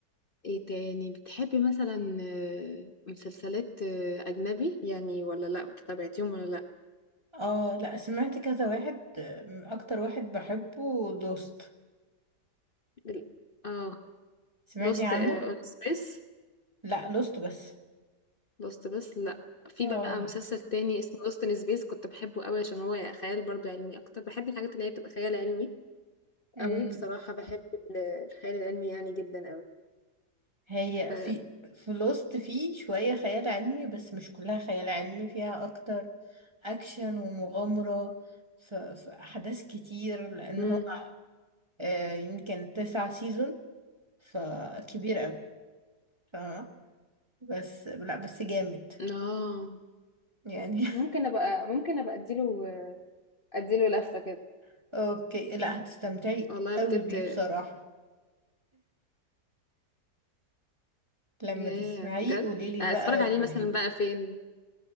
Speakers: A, on the left; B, on the right.
A: ايه تاني بتحبي مثلا آه، مسلسلات آه، أجنبي يعني ولا لا بتابعتيهم ولا لا
B: اه لا سمعت كذا واحد آه، اكتر واحد بحبه لوست
A: ال- اه
B: سمعتي
A: لوست
B: عنه
A: اون سبيس
B: لا لوست بس
A: لوست بس لا في
B: اه
A: بقى مسلسل تاني اسمه لوست ان سبيس كنت بحبه قوي عشان هو خيال برضو علمي اكتر بحب الحاجات اللي هي بتبقى خيال علمي
B: امم
A: قوي بصراحة بحب ال- الخيال العلمي يعني جدا قوي
B: هي
A: ف
B: في في لوست في شوية خيال علمي بس مش كلها خيال علمي فيها أكتر أكشن ومغامرة في, في أحداث كتير لأن
A: مم.
B: هو آه، يمكن تسعة سيزون فكبير قوي فاهمة بس لا بس جامد
A: اه
B: يعني
A: ممكن ابقى ممكن ابقى اديله اديله لفة كده
B: <laughs> أوكي لا هتستمتعي
A: والله
B: قوي
A: بجد
B: بيه بصراحة <laughs> لما
A: ياه
B: تسمعيه
A: بجد
B: قوليلي
A: اتفرج
B: بقى الريفيو
A: عليه مثلا بقى فين